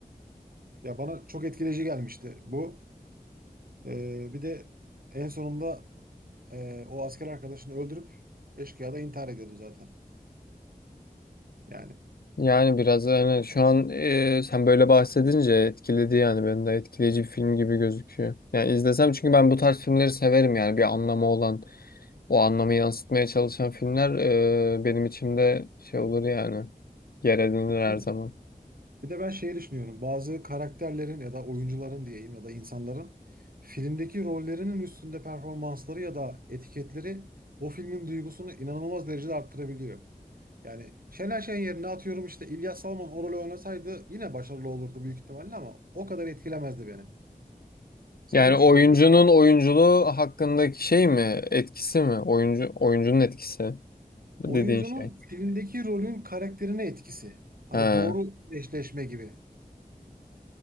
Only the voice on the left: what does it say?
Yani biraz yani şu an e, sen böyle bahsedince etkiledi yani beni de etkileyici bir film gibi gözüküyor. Yani izlesem çünkü ben bu tarz filmleri severim yani bir anlamı olan o anlamı yansıtmaya çalışan filmler e, benim içimde şey olur yani yer edinir
her
zaman.
Yani
oyuncunun oyunculuğu hakkındaki şey mi etkisi mi oyuncu oyuncunun etkisi dediğin
şey.
Ha.